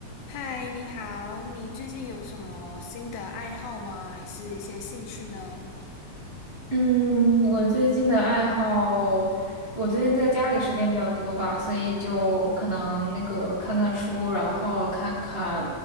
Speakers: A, on the left; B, on the right.
A: 嗨，你好，你最近有什么新的爱好吗？还是一些兴趣呢？
B: 嗯，我最近的爱好，我最近在家里时间比较多吧，所以就可能那个看看书，然后看看